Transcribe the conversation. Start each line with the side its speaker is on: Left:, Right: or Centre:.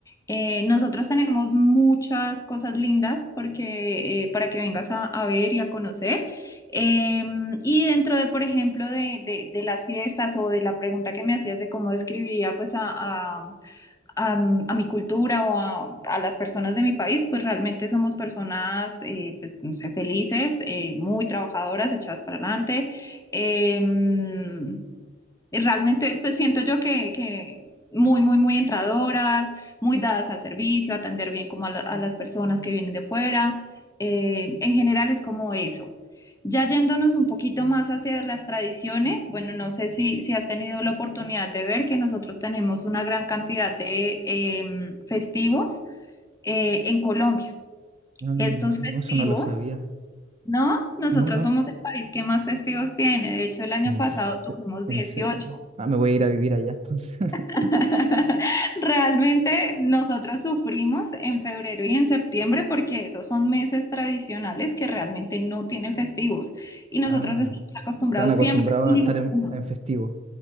Left: Eh, nosotros tenemos muchas cosas lindas porque, eh, para que vengas a, a ver y a conocer. Eh, y dentro de, por ejemplo, de, de- de las fiestas o de la pregunta que me hacías de cómo describiría pues a, a, a mi cultura o a, a las personas de mi país, pues realmente somos personas, eh, pues, no sé, felices, eh, muy trabajadoras, echadas para adelante. Em, y realmente, pues siento yo que, que muy, muy, muy entradoras, muy dadas al servicio, atender bien como a, la- a las personas que vienen de fuera. Eh, en general es como eso. Ya yéndonos un poquito más hacia las tradiciones, bueno, no sé si, si has tenido la oportunidad de ver que nosotros tenemos una gran cantidad de em, festivos eh, en Colombia.
Right: Ah, no,
Left: Estos festivos,
Right: eso no lo sabía.
Left: ¿no? Nosotros
Right: No, no,
Left: somos el país que más festivos tiene. De hecho, el año
Right: en,
Left: pasado
Right: ce-
Left: tuvimos
Right: en
Left: 18.
Right: cero. Ah, me voy a ir a vivir allá entonces. <laughs>
Left: <laughs> Realmente nosotros sufrimos en febrero y en septiembre porque esos son meses tradicionales que realmente no tienen festivos y nosotros
Right: Ah,
Left: estamos acostumbrados
Right: están acostumbrados
Left: siempre. a mínimo
Right: a estar en,
Left: uno.
Right: en festivo.